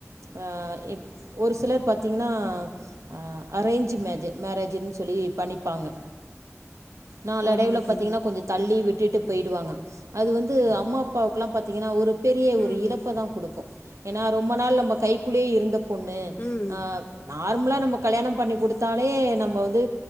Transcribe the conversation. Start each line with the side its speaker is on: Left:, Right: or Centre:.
Right: அ இப் ஒரு சிலர் பாத்தீங்னா அ அரேஞ்சு மேஜ மேரேஜின் சொல்லி பண்ணிப்பாங்க நாலு அடைவுல
Left: ஆமாங்க
Right: பாத்தீங்கனா
Left: தோழி
Right: கொஞ்ச தள்ளி விட்டுட்டு பெய்டுவாங்க அது வந்து அம்மா பாவுக்குல்லா பாத்தீங்கனா ஒரு பெரிய ஒரு
Left: ம்
Right: இழப்ப தா குடுக்கு ஏனா ரொம்ப நாள் நம்ப கைக்குள்யே இருந்தப் பொண்ணு
Left: ம்
Right: அ நார்ம்லா நம்ம கல்யாண பண்ணி குடுத்தாலே நம்ப வந்து